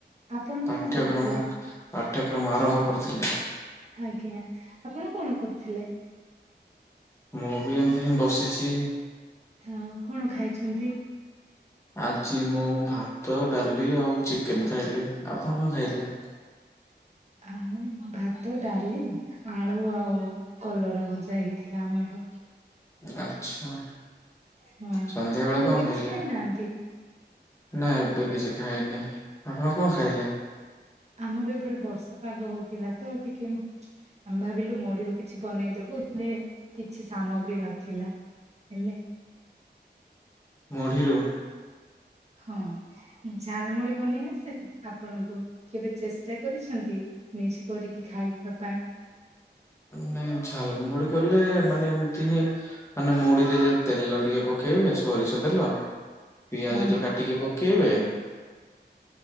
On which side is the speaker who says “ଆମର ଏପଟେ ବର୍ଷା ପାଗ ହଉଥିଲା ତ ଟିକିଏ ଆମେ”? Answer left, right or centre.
Right